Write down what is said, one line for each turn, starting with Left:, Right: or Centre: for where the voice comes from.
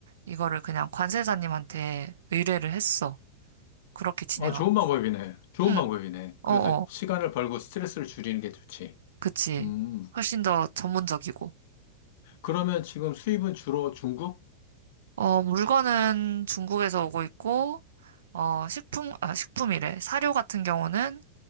Right: 이거를 그냥 관세사님한테 의뢰를 했어. 그렇게 진행하고
Left: 어, 좋은 방법이네.
Right: 있어.
Left: 좋은
Right: 응,
Left: 방법이네.
Right: 어어,
Left: 그래서 시간을 벌고 스트레스를 줄이는 게 좋지.
Right: 그치.
Left: 음.
Right: 훨씬 더 전문적이고.
Left: 그러면 지금 수입은 주로 중국?
Right: 어, 물건은 중국에서 오고 있고, 어, 식품, 아, 식품이래. 사료 같은 경우는